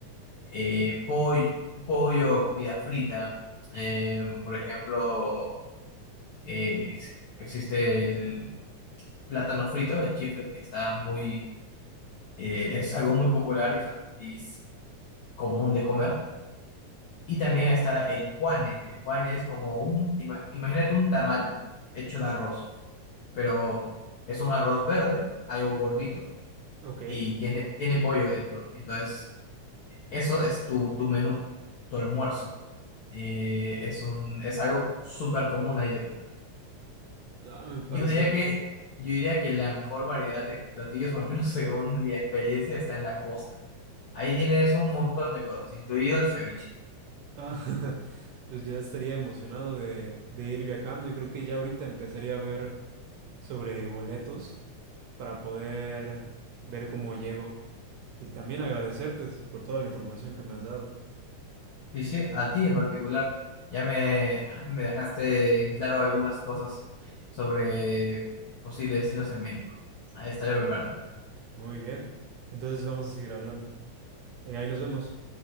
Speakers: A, on the left (about 75°); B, on the right (about 75°).
A: eh, poll- pollo o comida frita. Eh, por ejemplo, eh, ex- existe el plátano frito, el chifle, que está muy, eh, es algo muy popular y, fa- y es común de comer. Y también está el juane. El juane es como un, ima- imagínate un tamal hecho de arroz, pero es un arroz verde, algo gordito
B: Ok.
A: y tiene, tiene pollo dentro. Entonces, eso es tu, tu menú, tu almuerzo. Eh, es un, es algo súper común ahí de comprar.
B: Ah, me parece
A: Yo diría
B: bien.
A: que, yo diría que la mejor variedad de platillos, o al menos <laughs> según mi experiencia, está en la costa. Ahí tienes un montón de cosas, incluido el ceviche.
B: Ah, <laughs> pues ya estaría emocionado de, de ir viajando y creo que ya ahorita empezaría a ver sobre boletos para poder ver cómo llego. Y también agradecerte por toda la información que me has dado.
A: Sí, sí, a ti en particular. Ya me, <laughs> me dejaste en claro algunas cosas sobre posibles destinos en México. Ahí estaré preparando.
B: Muy bien. Entonces vamos a seguir hablando. Eh, ahí nos vemos.